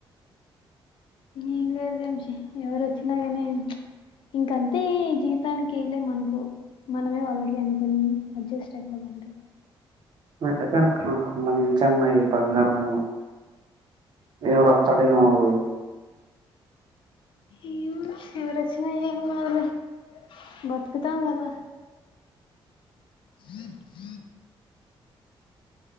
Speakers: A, on the left; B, on the right.
A: ఏం లేదు వంశీ ఎవరు వచ్చినా కానీ ఇంకంతే ఈ జీవితానికి ఏంలేదు మనకు మనమే వాళ్ళకి అనుకుని అడ్జస్ట్ అయిపోలా. అంటే
B: నాకు అది కాదు ఆ మంచి అమ్మాయి బంగారము. ఏ వరత్తడో ఎమో వరు
A: ఏ వరచ్చినా ఏం కాదులే బతుకు తాంకదా. The the